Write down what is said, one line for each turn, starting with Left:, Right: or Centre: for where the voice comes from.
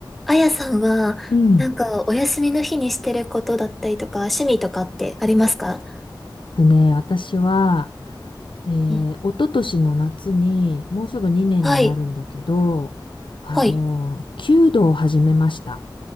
Centre: あやさんは、
Left: うん。
Centre: なんか、お休みの日にしてることだったりとか、趣味とかってありますか
Left: とね、私は、えー、
Centre: うん
Left: 一昨年の夏に、もうすぐ2年になるんだけど、
Centre: はい。
Left: あのー、
Centre: はい。
Left: 弓道を始めました。